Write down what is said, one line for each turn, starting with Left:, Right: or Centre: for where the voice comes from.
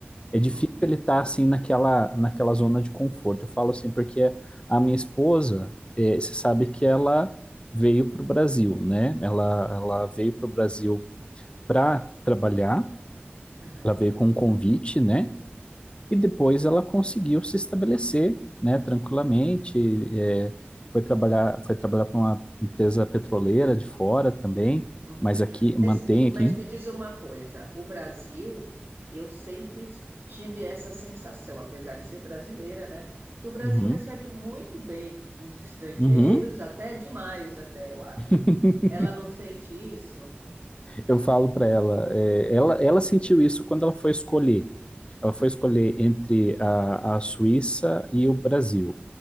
Left: É difícil
Right: Uhum,
Left: ele estar assim naquela, naquela zona de conforto. Eu falo assim porque a minha esposa, é, você sabe que ela veio para o Brasil, né? Ela, ela veio para o Brasil para trabalhar,
Right: aham,
Left: ela veio com um convite, né?
Right: uhum.
Left: E depois ela conseguiu se estabelecer, né, tranquilamente. é, foi trabalhar, foi trabalhar para uma empresa petroleira de fora também,
Right: Uhum.
Left: mas aqui mantém
Right: Mas, me-
Left: aqui.
Right: mas me diz uma coisa, o Brasil, eu sempre tive essa sensação, apesar de ser brasileira, né, que o Brasil
Left: Uhum.
Right: recebe muito bem os estrangeiros,
Left: Uhum.
Right: até demais, até eu acho.
Left: <laughs>
Right: Ela não sente isso?
Left: Eu falo para ela, é, ela, ela sentiu isso quando ela foi escolher. Ela foi
Right: Uhum.
Left: escolher entre a, a Suíça e o Brasil.